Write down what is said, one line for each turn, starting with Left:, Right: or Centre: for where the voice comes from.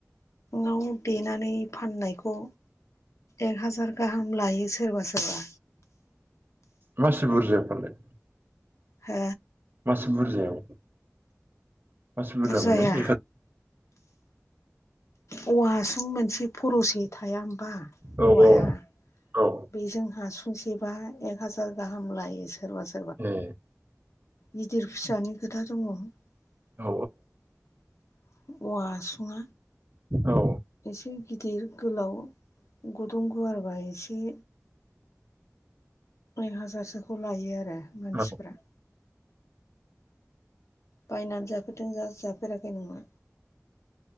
Left: नाव देनानै फाननायखौ एक हाजार गाहाम लायो सोरबा सोरबा
Right: मासि बुरजायफालाय
Left: ओ
Right: मासि बुरजायाव मासि बुरजा
Left: बुरजाया
Right: मोनो एक
Left: औवाहासुं मोनसे फरसे थाया होमबा
Right: औ
Left: औवाया
Right: औ औ
Left: बे जों फुंसेबा एक हाजार गाहाम लायो सोरबा सोरबा
Right: ए
Left: गिदिर फिसानि खोथा दङ औवाहासुङा
Right: औ औ
Left: एसे गिदिर गोलाव गुदुं गुवारबा एसे एक हाजारसोखौ लायो आरो मानसिफ्रा
Right: औ
Left: बायनानै जाफेरदों ना जाफेराखै नङा